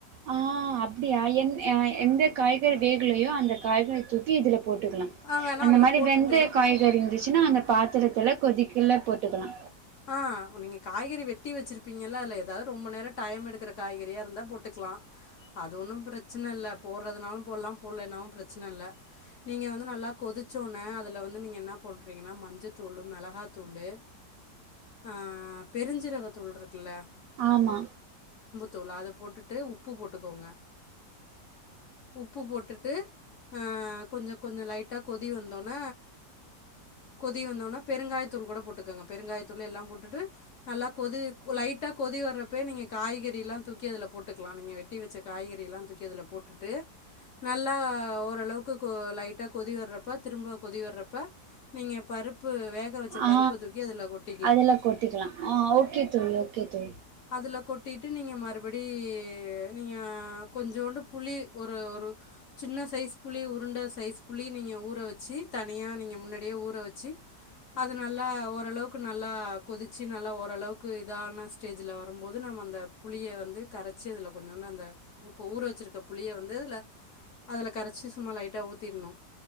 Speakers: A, on the right; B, on the left.
A: ஆ அப்டியா என் அ எந்த காய்கறி வேகலையோ அந்த காய்கறித்தூ வெட்டி இதுல போட்டுக்கலா
B: ஆ வேணால்
A: அந்த
B: அதில்
A: மாரி
B: போட்டுட்டு
A: வெந்த காய்கறி இருந்துச்சுனா அந்த ப திரத்துல கொதிக்கள்ள போட்டுக்லா
B: ஆஹ் நீங்க காய்கறி வெட்டி வச்சிருப்பீங்கல்ல அதுல ஏதாவது ரொம்ப நேர டைம் எடுக்கற காய்கறியா இருந்தா போட்டுக்கலா அது ஒண்ணு பிரச்சன இல்ல போடுறதுனாலு போட்லா போடலனாலு பிரச்சன இல்ல நீங்க வந்து நல்லா கொதிச்ச உடனே அதுல வந்து நீங்க என்ன பண்றீங்கன்னா மஞ்சத்தூளு மிளகாத்தூளு ஆஹ் பெருஞ்சீரகத்தூள் இருக்குல்ல
A: ஆமா
B: தூள் அத போட்டுட்டு உப்பு போட்டுகோங்கா உப்பு போட்டுட்டு ஆ கொஞ்ச கொஞ்ச லைட்டா கொதி வந்தொன கொதி வந்தொன பெருங்காயத்தூள் கூட போட்டுகோங்கா பெருங்காயத் தூளியெல்லா போட்டுட்டு நல்லா கொதி லைட்டா கொதி வரப்ப நீங்க காய்கறி எல்லா தூக்கி அதுல போட்டுக்கலா நீங்க வெட்டி வச்ச காய்கறி எல்லா தூக்கி அதுல போட்டுட்டு நல்லா ஒரு அளவுக்கு கொ லைட்டா கொதிவரப்ப திரும்ப கொதிவரப்ப நீங்க பருப்பு வே ங்க வச்ச
A: ஆ
B: பருப்ப தூக்கி அதுல கொட்
A: அதெல்லா கொட்டிக்கலா ஆஹ் ஓகே தோழி ஓகே தோழி
B: அதுல கொட்டிட்டு நீங்க மறுபடி நீங்க கொஞ்சோண்டு புளி ஒரு ஒரு சின்ன சைஸ் புளி உருண்ட சைஸ் புளி நீங்க ஊற வச்சு தனியா நீங்க முன்னாடியே ஊற வச்சு அதுனல்லா ஓரளவுக் க்கு நல்லா கொதிச்சு நல்லா ஓரளவுக்கு இதான ஸ்டேஜ்ல வரும்போது நம்ம அந்த புளிய வந்து கரச்சு அதுல கொஞ்சோன்னு அந்த உப்ப ஊற வச்சிருக்க புளிய வந்து அதுல அல கரச்சு சும்மா லைட்டா ஊத்திட்ணு